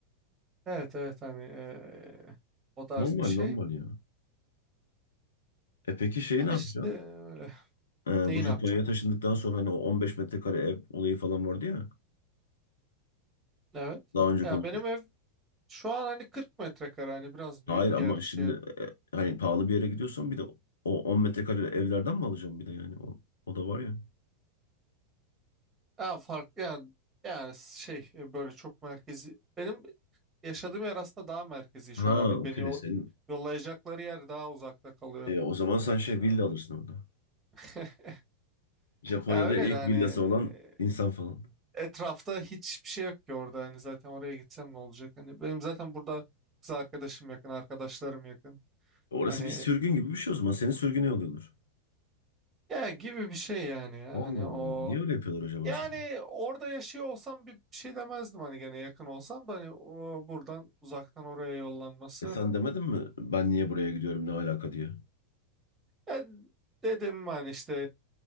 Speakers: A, on the right; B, on the left.
A: Evet evet hani eee, o tarz
B: Normal
A: bir şey.
B: normal ya. E peki şeyi
A: Ya
B: ne
A: işte
B: yapacaksın?
A: öyle.
B: Ee,
A: Neyi
B: bu Japonya'ya
A: ne yapacağım?
B: taşındıktan sonra hani o 15 metrekare ev olayı falan vardı ya.
A: Evet.
B: Daha önce
A: Ya
B: konuşmuştuk.
A: benim ev şu an hani 40 metrekare hani biraz büyük
B: Hayır ama
A: yer şey.
B: şimdi e, hani pahalı bir yere gidiyorsan bir de o 10 metrekare evlerden mi alacaksın bir de yani o, o da var ya.
A: Ya farklı ya yani şey e, böyle çok merkezi. Benim yaşadığım yer aslında daha merkezi şu
B: Ha
A: an hani
B: okey
A: beni o
B: senin
A: yollayacakları yer daha uzakta kalıyor.
B: e, o zaman sen şey
A: Ya
B: villa alırsın orada.
A: <laughs>
B: Japonya'da
A: Ya öyle
B: ilk
A: de hani
B: villası
A: e,
B: olan insan falan.
A: etrafta hiçbir şey yok ki orada hani zaten oraya gitsem ne olacak hani benim zaten burada kız arkadaşım yakın arkadaşlarım yakın
B: Orası
A: hani
B: bir sürgün gibi bir şey o zaman. Seni sürgüne yolluyorlar.
A: ya gibi bir şey yani ya
B: Allah
A: hani
B: Allah.
A: o
B: Niye öyle yapıyorlar acaba
A: Yani
B: sana?
A: orada yaşıyor olsam bir bir şey demezdim hani gene yakın olsam da hani o buradan uzaktan oraya yollanması.
B: E sen demedin mi ben niye buraya gidiyorum ne alaka diye?
A: E, dedim hani işte